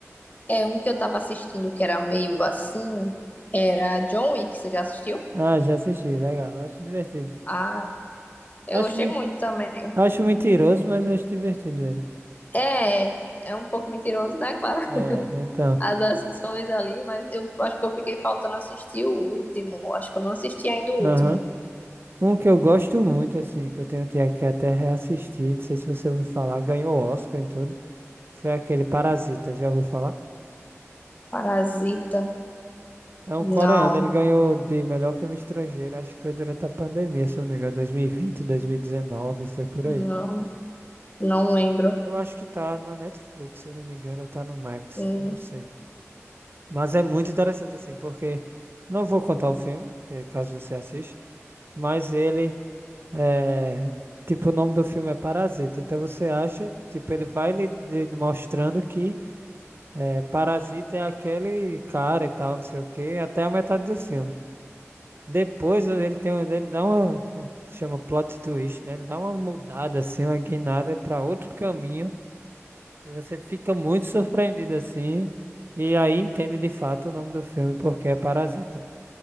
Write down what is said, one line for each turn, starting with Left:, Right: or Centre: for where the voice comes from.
Left: É um que eu tava assistindo que era meio assim, era John Wick, você já assistiu?
Right: Ah, já assisti, legal. Acho divertido.
Left: Ah, eu
Right: Acho,
Left: gostei
Right: men-
Left: muito também.
Right: acho mentiroso, mas acho divertido ele.
Left: É, é um pouco mentiroso, né, <laughs> claro,
Right: É, então.
Left: as ações ali, mas eu acho que eu fiquei faltando assistir o último. Acho que eu não assisti ainda o
Right: Aham.
Left: último.
Right: Um que eu gosto muito, assim, que eu tenho te- que até reassistir, não sei se você ouviu falar, ganhou Oscar em tudo, foi aquele Parasita, já ouviu falar?
Left: Parasita.
Right: É um
Left: Não,
Right: coreano, ele ganhou de melhor filme estrangeiro, acho que foi durante a pandemia, se não me engano, 2020, 2019, foi por
Left: não,
Right: aí.
Left: não lembro.
Right: Eu acho que tá na Netflix, se eu não me engano, ou tá no Max,
Left: Hum,
Right: eu não sei. Mas é muito interessante assim, porque não vou contar o filme, porque caso você assista, mas ele é, tipo, o nome do filme é Parasita. Então você acha, tipo, ele vai lhe lhe mostrando que é, Parasita é aquele cara e tal, não sei o quê, até a metade do filme. Depois ele tem, um- ele dá uma, um- chama plot twist, né? Ele dá uma mudada assim, uma guinada para outro caminho e você fica muito surpreendido assim e aí entende de fato o nome do filme porque é Parasita.